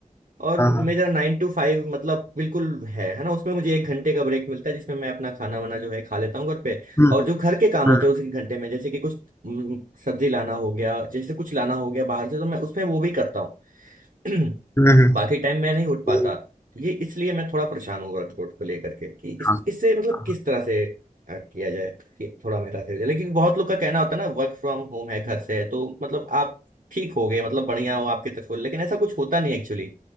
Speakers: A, on the right; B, on the left.
A: और
B: हाँ हाँ
A: मेरा नाइन टू फाइव मतलब बिल्कुल है है ना उसमें मुझे एक घंटे का ब्रेक मिलता है जिसमें मैं अपना खाना वाना जो है खा लेता हूँ घर पे
B: हम्म
A: और जो घर के काम
B: हम्म
A: होते हैं उसी घंटे में जैसे कि कुछ हम्म, सब्जी लाना हो गया जैसे कुछ लाना हो गया बाहर से तो मैं उसमें वो भी करता हूँ <clears throat>
B: हम्म हम्म,
A: बाकी टाइम मैं नहीं उठ पाता
B: हम्म,
A: ये इसलिए मैं थोड़ा परेशान हूँ वर्कआउट को लेकर के कि इस
B: हाँ
A: इससे मतलब
B: हाँ।
A: किस तरह से अ, किया जाए कि थोड़ा मेरा सही हो जाए लेकिन बहुत लोग का कहना होता है ना वर्क फ्रॉम होम है घर से है तो मतलब आप ठीक हो गए मतलब बढ़िया हो आपके तरफ लेकिन ऐसा कुछ होता नहीं एक्चुअली